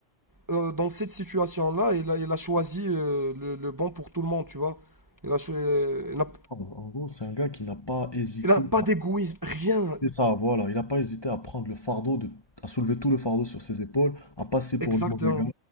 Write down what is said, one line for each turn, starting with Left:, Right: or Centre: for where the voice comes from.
Right: euh, dans cette situation-là, il a, il a choisi euh, le, le bon pour tout le monde, tu vois. Il a, cho- euh, il n'a,
Left: En en gros, c'est un gars qui n'a pas hésité
Right: il a pas d'égoïsme, rien,
Left: C'est ça, voilà. Il n'a pas hésité à prendre le fardeau, de, à soulever tout le fardeau sur ses épaules, à passer
Right: exactement.
Left: pour le mauvais gars,